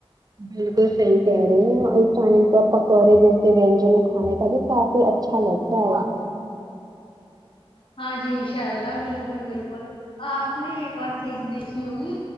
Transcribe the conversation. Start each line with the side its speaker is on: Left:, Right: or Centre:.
Right: بالکل صحیح کہہ رہی ہیں اس ٹائم پر پکوڑے جیسے وینجن کھانے کا بھی کافی اچھا لگتا ہے
Left: ہاں جی انشاء اللہ بالکل بالکل آپ نے ایک اور چیز دیکھی ہوگی